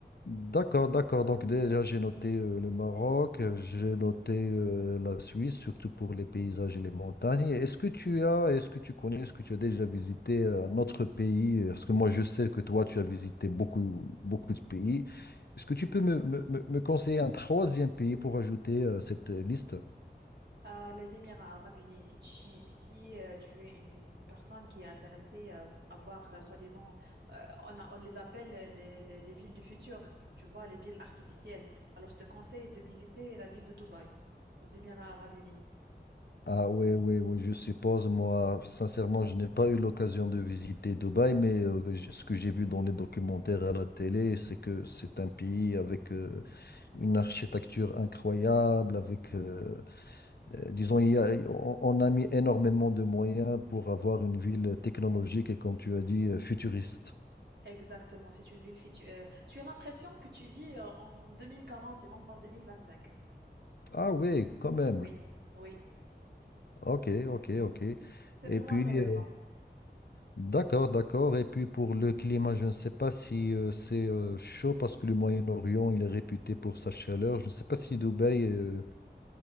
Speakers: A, on the left (about 65°); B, on the right (about 70°).
A: D'accord, d'accord. Donc déjà, j'ai noté euh, le Maroc, euh, j'ai noté euh, la Suisse, surtout pour les paysages et les montagnes. Et Est-ce que tu as, est-ce que tu connais, est-ce que tu as déjà visité euh, un autre pays? Parce que moi, je sais que toi, tu as visité beaucoup, beaucoup de pays. Est-ce que tu peux me, me- me- me conseiller un troisième pays pour ajouter euh, cette liste?
B: Euh, les Émirats arabes unis, si tu, si, euh, tu es une personne qui est intéressée euh, à voir, euh, soi-disant, euh, on a- on les appelle euh, les, les- les villes du futur, tu vois, les villes artificielles. Alors, je te conseille de visiter la ville de Dubaï, aux Émirats arabes unis.
A: Ah oui, oui, oui, je suppose, moi, sincèrement, je n'ai pas eu l'occasion de visiter Dubaï, mais euh, j- ce que j'ai vu dans les documentaires à la télé, c'est que c'est un pays avec euh, une architecture incroyable, avec, euh, euh, disons, il y a- on, on a mis énormément de moyens pour avoir une ville technologique et, comme tu as dit, euh, futuriste.
B: Exactement, c'est une ville future. euh, tu as l'impression que tu vis euh, en 2040 et non pas en 2025.
A: Ah oui, quand même.
B: Oui, oui,
A: Ok, ok, ok.
B: c'est
A: Et
B: vraiment
A: puis,
B: intéressant.
A: euh, D'accord, d'accord. Et puis pour le climat, je ne sais pas si euh, c'est euh, chaud parce que le Moyen-Orient, il est réputé pour sa chaleur. Je ne sais pas si Dubaï, euh,